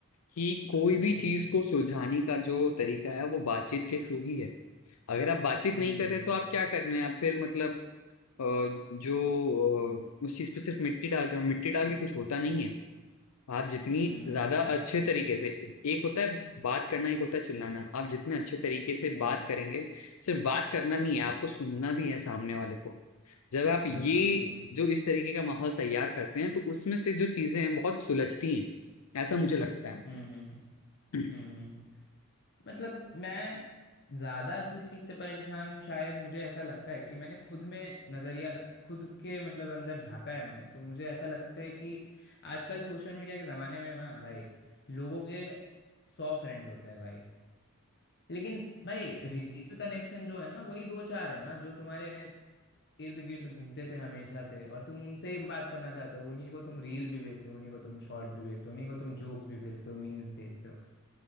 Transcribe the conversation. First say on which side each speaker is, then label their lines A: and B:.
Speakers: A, on the left; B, on the left.
A: कि कोई
B: हम्म
A: भी चीज को सुलझाने का जो तरीका है वो बातचीत के थ्रू ही है अगर आप बातचीत
B: हम्म
A: नहीं कर
B: हम्म
A: रहे तो आप क्या कर रहे हैं आप फिर मतलब अ, जो अ, उस चीज पे सिर्फ मिट्टी डाल रहे हो मिट्टी डाल के कुछ होता नहीं है आप जितनी
B: हम्म
A: ज्यादा
B: हम्म हम्म,
A: अच्छे तरीके से एक होता है बात करना एक होता है चिल्लाना आप जितने अच्छे तरीके से
B: हम्म,
A: बात करेंगे सिर्फ बात करना नहीं है आपको सुनना भी है सामने वाले को जब
B: हम्म,
A: आप ये
B: बिल्कुल बिल्कुल
A: जो इस तरीके का माहौल तैयार करते हैं तो उसमें से जो चीजें हैं बहुत सुलझती हैं ऐसा मुझे लगता
B: हम्म हम्म हम्म।
A: है
B: हम्म हम्म। हम्म। मतलब मैं ज्यादा किस चीज से परेशान हूँ शायद मुझे ऐसा लगता है कि मैंने खुद में नजरिया खुद के मतलब अंदर झांका है मैंने तो मुझे ऐसा लगता है कि आजकल सोशल मीडिया के जमाने में ना भाई लोगों के सौ फ्रेंड्स होते हैं भाई लेकिन भाई रियल कनेक्शन जो है ना वही दो चार है ना जो तुम्हारे इर्द गिर्द घूमते थे हमेशा से और तुम उनसे ही बात करना चाहते हो उन्हीं को तुम रील भी भेजते हो उन्हीं को तुम शॉर्ट्स भी भेजते हो उन्हीं को तुम जोक्स भी भेजते हो मीम्स भेजते हो